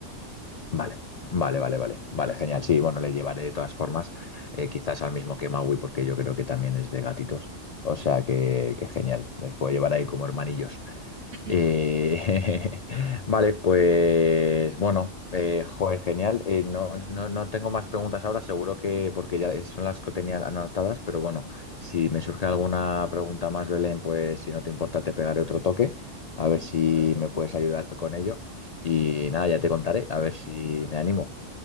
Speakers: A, on the left; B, on the right.
A: Vale, vale, vale, vale, vale, genial. Sí, bueno, le llevaré de todas formas, eh, quizás al mismo que Maui, porque yo creo que también es de gatitos. O sea que, que genial, les puedo llevar ahí como hermanillos.
B: <laughs>
A: Eh, <laughs> vale, pues bueno, eh, joder, genial. Eh, no, no, no tengo más preguntas ahora, seguro que porque ya son las que tenía anotadas, pero bueno, si me surge alguna pregunta más, Belén, pues si no te importa, te pegaré otro toque, a ver
B: Mm,
A: si
B: Perfecto.
A: me puedes ayudar con ello. Y nada, ya te contaré, a ver si me animo.